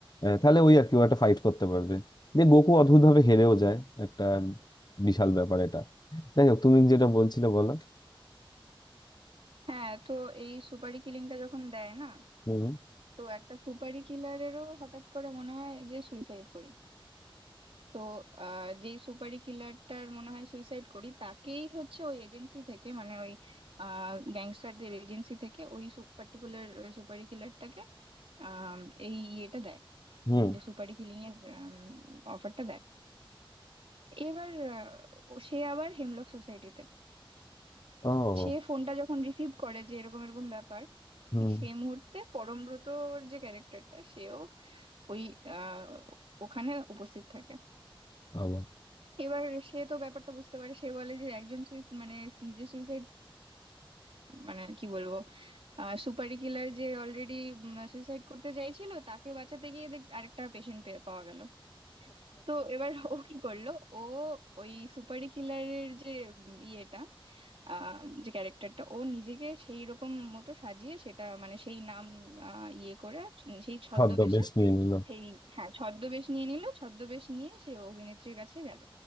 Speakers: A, on the left; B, on the right.
A: আহ, তাহলে ওই আর কি ও একটা ফাইট করতে পারবে যে গোকু অদ্ভুত ভাবে হেরেও যায় একটা বিশাল ব্যাপার এটা যাই হোক তুমি যেটা বলছিলে বলো
B: হ্যাঁ তো এই সুপারি কিলিংটা যখন দেয় না
A: হুম
B: তো একটা সুপারি কিলারেরও হঠাৎ করে মনে হয় যে সুইসাইড করি তো আহ যেই সুপারি কিলারটার মনে হয় সুইসাইড করি তাকেই হচ্ছে ওই এজেন্সি থেকে মানে ওই আহ গ্যাংস্টারদের এজেন্সি থেকে ওই পার্টিকুলার সুপারি কিলারটাকে আম, এই ইয়েটা দেয়
A: হুম
B: যে সুপারি কিলিং এর অফারটা দেয় এবার আহ, ও- সে আবার হেমলক সোসাইটিতে
A: ও
B: সে ফোনটা যখন রিসিভ করে যে এরকম এরকম ব্যাপার
A: হুম
B: ঠিক সেই মুহূর্তে পরমব্রতর যে ক্যারেক্টারটা সেও ওই আহ, ওখানে উপস্থিত থাকে
A: আবার
B: এবার সে তো ব্যাপারটা বুঝতে পারে সে বলে যে একজন সুইস মানে যে সুইসাইড মানে কি বলবো সুপারি কিলার যে অলরেডি সুইসাইড করতে চাইছিল তাকে বাঁচাতে গিয়ে দেখ আরেকটা পেশেন্ট পাওয়া গেল তো এবার ও কি করলো ও ওই সুপারি কিলারের যে উম, ইয়েটা আহ, যে ক্যারেক্টারটা ও নিজেকে সেই রকম মতো সাজিয়ে সেটা মানে সেই নাম আহ, ইয়ে করে উম, সেই ছদ্মবেশে
A: ছদ্মবেশ নিয়ে নিল
B: সেই হ্যাঁ ছদ্মবেশ নিয়ে নিল ছদ্মবেশ নিয়ে সে অভিনেত্রীর কাছে গেল